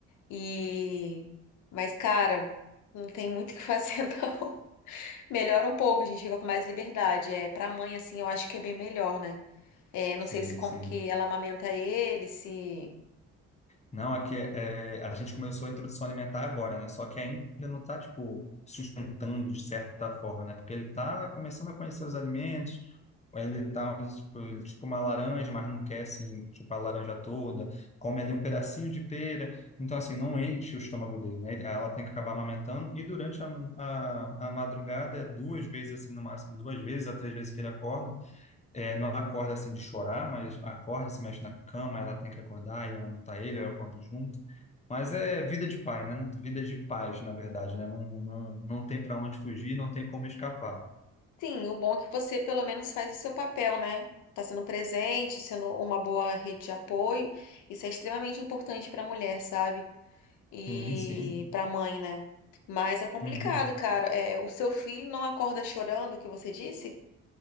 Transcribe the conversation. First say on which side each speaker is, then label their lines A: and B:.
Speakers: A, on the left (about 80°); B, on the left (about 20°).
A: E. Mas, cara, não tem muito o que fazer, <laughs> não. Melhora um pouco, a gente fica com mais liberdade. É, pra mãe, assim, eu acho que é bem melhor, né? É,
B: Sim,
A: não sei se como
B: sim.
A: que ela amamenta ele, se.
B: Não, aqui é, que é, a gente começou a introdução alimentar agora, né? Só que ainda não está, tipo, sustentando de certa forma, né? Porque ele está começando a conhecer os alimentos, ele tá, tipo, ele chupa uma laranja, mas não quer, assim, tipo a laranja toda, come ali um pedacinho de pera, então, assim, não enche o estômago dele, né? Ela tem que acabar amamentando, e durante a, a, a madrugada é duas vezes, assim, no máximo, duas vezes a três vezes que ele acorda, é, não acorda assim de chorar, mas acorda, se mexe na cama, ela tem que acordar e ela não tá ele, eu acordo junto. Mas é vida de pai, né? Vida de paz, na verdade, né? Não, não, não tem para onde fugir, não tem como escapar.
A: Sim, o bom é que você pelo menos faz o seu papel, né? Tá sendo presente, sendo uma boa rede de apoio. Isso é extremamente importante pra mulher, sabe? E
B: Sim, sim.
A: pra mãe, né? Mas é complicado,
B: Uhum.
A: cara. É, o seu filho não acorda chorando, que você disse?